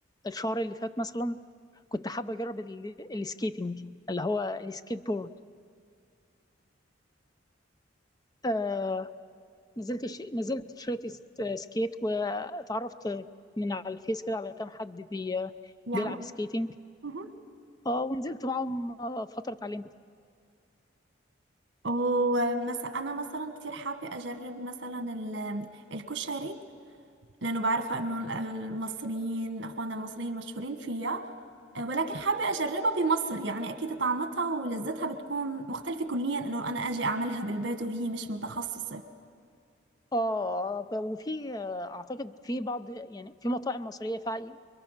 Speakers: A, on the left; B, on the right.
A: الشهر اللي فات مثلا كنت حابه اجرب ال- السكيتنج اللي هو السكيت بورد آه، نزلت ش... نزلت شريت س- سكيت واتعرفت من على الفيس كده على كام حد بي...
B: يعمل
A: بيلعب سكيتنج
B: مهم.
A: اه ونزلت معاهم آه، فترة اتعلمت
B: ومثلا انا مثلا كتير حابه اجرب مثلا ال- الكشري لانه بعرفه انه ال- المصريين اخواننا المصريين مشهورين فيها آه، ولكن حابه اجربها بمصر يعني اكيد طعمتها ولذتها بتكون مختلفه كليا انه انا اجي اعملها بالبيت وهي مش متخصصه
A: اه ب- وفي آه، اعتقد في بعض يعني في مطاعم مصرية فا-